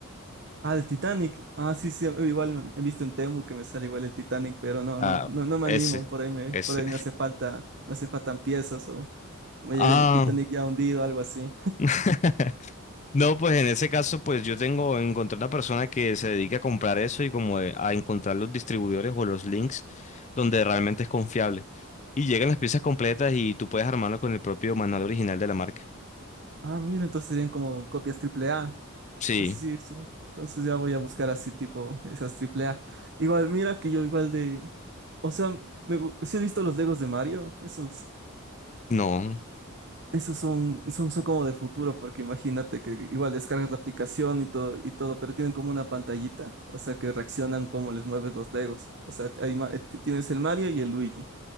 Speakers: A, on the right; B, on the left.
A: Ah, el Titanic. Ah, sí, sí, igual he visto en Temu que me sale igual el Titanic, pero no,
B: Ah,
A: no, no, no me
B: ese,
A: animo. Por ahí me,
B: ese.
A: por ahí me hace falta, me hace faltan piezas o, o me
B: Ah,
A: llega el Titanic ya hundido, algo así.
B: <laughs> no, pues en ese caso, pues yo tengo, encontré una persona que se dedica a comprar eso y como de- a encontrar los distribuidores o los links donde realmente es confiable. Y llegan las piezas completas y tú puedes armarlo con el propio manual original de la marca.
A: Ah, mira, entonces serían como copias triple A.
B: Sí,
A: Entonces sí, sí. Entonces ya voy a buscar así tipo esas triple A. Igual, mira que yo igual de, o sea, me, gu- sí he visto los Legos de Mario, esos.
B: no.
A: Esos son, son, son como del futuro, porque imagínate que igual descargas la aplicación y todo, y todo, pero tienen como una pantallita, o sea, que reaccionan como les mueves los Legos. O sea, hay ma- eh, ti- tienes el Mario y el Luigi.